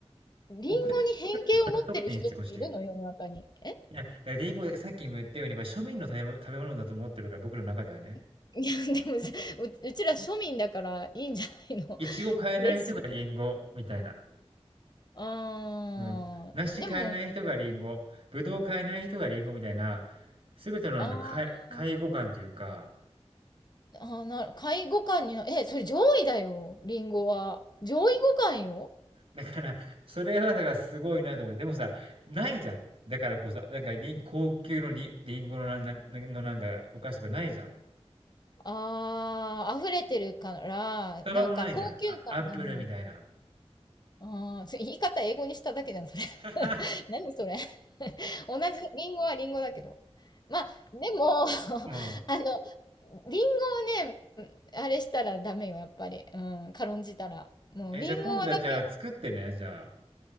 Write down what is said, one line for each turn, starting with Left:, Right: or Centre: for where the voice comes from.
Left: リンゴに偏見を持ってる人っているの世の中に。
Right: 送ってとこにしてほしい。
Left: え
Right: いや、だからリンゴ、さっきも言ったように、まあ庶民の食べ物食べ物だと思ってるから、僕の中ではね。
Left: <laughs> いや、でもさ、う、うちら庶民だからいいんじゃないの
Right: いちご買えない人がリンゴ、
Left: <laughs> 嬉しい。
Right: みたいな。
Left: あーでも、
Right: うん。梨買えない人がリンゴ、ぶどう買えない人がリンゴみたいな、すべてのなんか、
Left: あー
Right: かい、介護感というか、
Left: あー、なる、下位互換にな、え、それ上位だよ、リンゴは。上位互換よ。
Right: だから、それはだからすごいなと思って、でもさ、ないじゃん。だからこうさ、なんかり高級のり、リンゴのな、な、なのなんかお菓子とかないじゃん。
Left: ああ、溢れてるから、
Right: スタバもないじゃん。
Left: なんか高級感がねい。
Right: あ、アップルみたいな。
Left: ああ、それ言い方英語にしただけじゃん、それ。<laughs>
Right: <laughs>
Left: 何それ。<laughs> 同じ、リンゴはリンゴだけど。まあ、でも、<laughs>
Right: うん。
Left: あの、リンゴをね、あれしたらダメよ、やっぱり。うん、軽んじたら。もう、
Right: え、
Left: リンゴだけは、
Right: じゃあ今度じゃあ、じゃあ作ってね、じゃあ。